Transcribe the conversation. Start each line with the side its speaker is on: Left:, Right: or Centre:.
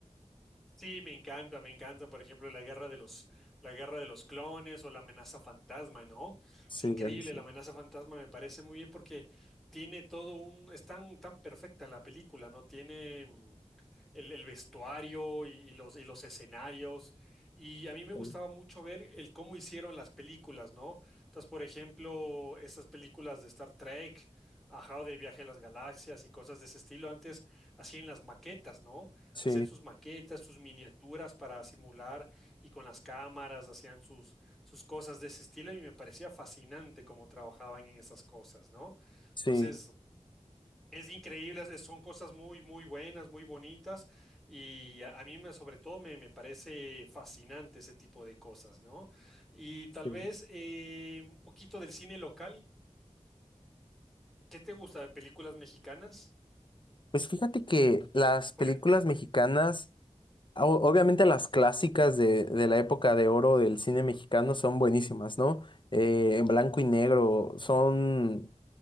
Centre: Sí, me encanta, me encanta, por ejemplo, la guerra de los, la guerra de los clones o la amenaza fantasma, ¿no?
Left: Sí,
Centre: Es increíble,
Left: bueno, sí.
Centre: la amenaza fantasma me parece muy bien porque tiene todo un, es tan, tan perfecta la película, ¿no? Tiene mm, el, el vestuario y, y los, y los escenarios. Y a mí me gustaba
Left: Sí,
Centre: mucho ver el cómo hicieron las películas, ¿no? Entonces, por ejemplo, estas películas de Star Trek, ajá, o de Viaje a las Galaxias y cosas de ese estilo, antes hacían las maquetas, ¿no?
Left: sí,
Centre: hacían sus maquetas, sus miniaturas para simular y con las cámaras hacían sus, sus cosas de ese estilo y me parecía fascinante cómo trabajaban en esas cosas, ¿no? Entonces,
Left: sí.
Centre: es increíble, es- son cosas muy, muy buenas, muy bonitas y a, a mí me- sobre todo me, me parece fascinante ese tipo de cosas, ¿no? Y tal
Left: sí.
Centre: vez eh, un poquito del cine local, ¿qué te gusta de películas mexicanas?
Left: Pues fíjate que las
Centre: Por-
Left: películas mexicanas, o- obviamente las clásicas de, de la época de oro del cine mexicano son buenísimas, ¿no? Eh, en blanco y negro, son,